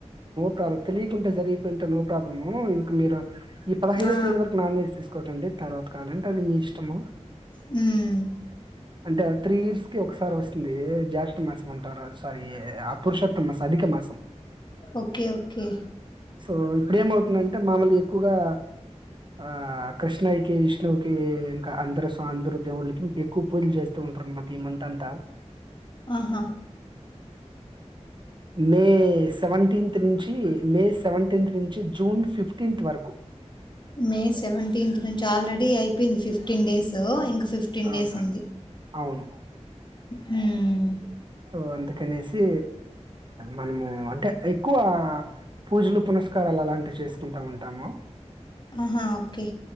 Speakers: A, on the right; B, on the left.
A: క తెలియకుండ జరిగిపోయి ఉంటే నో ప్రాబ్లము ఇంక మీరు ఈ పదహద
B: ఆ
A: తేదీ వర నాన్ వెజ్ తీసుకోకండి తర్వాత కావాలంటే అది నీ ఇష్టము
B: హమ్
A: అంటే త్రీ ఇయర్స్ కి ఒకసారి వస్తుంది జాత మాసం అంటారు సారీ ఆ పురుషోత్తమ మాసం అధిక మాసం
B: ఒకే ఒకే
A: సో ఇప్పుడ ఏమవుతుందంటే మామూలు ఎక్కువగా ఆ కృష్ణ ఇ విష్ణుకి ఇంకా అందరు స్వా అందరూ దేవుళ్ళకి ఇంక్కువ పూజలు చేస్త <unintelligible> ఈ మంత్ అంత
B: ఆహా
A: మే సెవెంటీన్త్ నుంచి మే సేవంటేన్త్ నుంచి జూన్ ఫిఫ్టీన్త్ వరకు
B: మే సెవెంటీన్త్ నుంచి ఆల్రెడీ అయిపోయింది ఫిఫ్టీన్ డేస్ ఇంకా ఫిఫ్టీన్
A: ఆ!
B: డేస్ ఉంది
A: అవును.
B: హ్మ్
A: సో అందుకనేసి మనము అంటే ఎక్కువ పూజలు పునస్కారాలు అలాంటివి చేసుకుంటా ఉంటాము.
B: ఆహా ఓకే